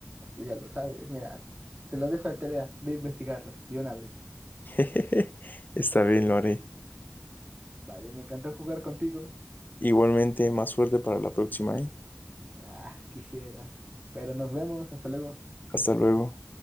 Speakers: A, on the right (about 30°); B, on the left (about 40°).
A: ya lo sabes. Mira, te lo dejo de tarea. Ve a investigarlo de una vez.
B: <laughs> Está bien, lo haré.
A: Vale, me encantó jugar contigo.
B: Igualmente, más suerte para la próxima, ¿eh?
A: Ah, quisieras. Pero nos vemos. Hasta luego.
B: Hasta luego.